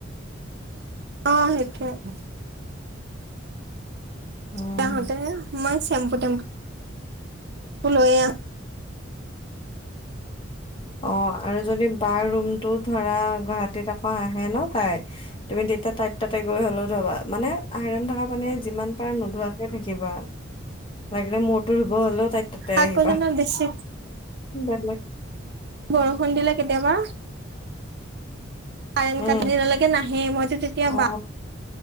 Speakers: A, on the right; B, on the left.
A: অ সেইটোোৱ
B: উম
A: তাহতে মই চেম কুটম ক লৈ
B: অ আৰু যদি বাৰ ৰুমটো ধৰা গুৱাহাটীত আকৌ আহে ন তাই তুমি তেতিয়া তাইত তাতে গৈ হলেও ধবা মানে আইৰণ থাক পানে যিমান পাৰে নোধোৱা থাকিবা লাকিলে ম ব হলেও তাই ততে
A: আকৌ
B: আহিবা
A: জানো বেছি
B: উম
A: বৰষুণ দিলা কেতিয়াবা াৰেন
B: উম
A: কাটি দিনলৈকে নাহে মইতো তেতিয়া
B: অ
A: বা